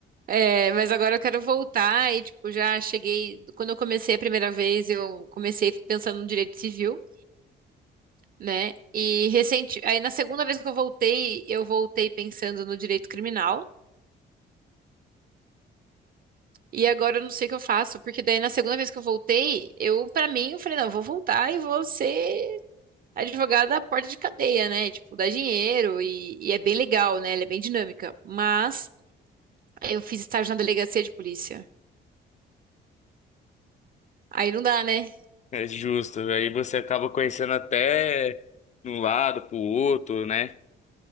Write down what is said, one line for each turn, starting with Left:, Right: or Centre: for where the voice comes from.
Right: É, mas agora eu quero voltar e, tipo, já cheguei. Quando eu comecei a primeira vez, eu comecei pensando no direito civil, né? E recente. Aí, na segunda vez que eu voltei, eu voltei pensando no direito criminal. E agora eu não sei o que eu faço, porque daí na segunda vez que eu voltei, eu, pra mim, eu falei, não, eu vou voltar e vou ser advogada da porta de cadeia, né? Tipo, dá dinheiro e, e é bem legal, né? Ela é bem dinâmica. Mas eu fiz estágio na delegacia de polícia. Aí não dá, né?
Left: É justo. Aí você acaba conhecendo até de um lado pro outro, né?